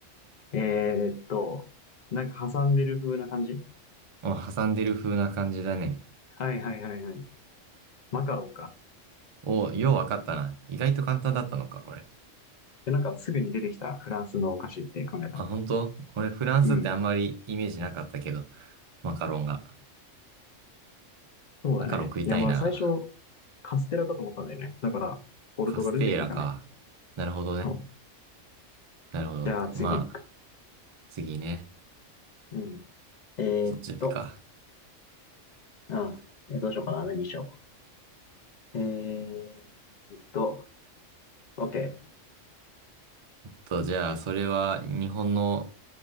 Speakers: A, on the left; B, on the right.
A: えーっと、なんか挟んでる風な感じ
B: うん挟んでる風な感じだね。
A: はいはいはいはい。マカロンか。
B: おお、ようわかったな。意外と簡単だったのか、これ。
A: で、なんかすぐに出てきたフランスのお菓子って考えたら。
B: あ、本当俺、フランスってあんまりイメージなかったけど、
A: うん。
B: マカロンが。
A: そうだね。
B: マカロン食いたいな。
A: いや、まあ最初、カステラかと思ったんだよね。だから、ポルトガルって聞いたんだけど。
B: カステーラか。なるほどね。
A: そう
B: なるほど。
A: じゃあ次。
B: まあ、次ね。
A: うん。えーっと、
B: そっちか。
A: あ、えーどうしようかな。何にしよう。えーっと、OK。
B: と、じゃあ、それは日本の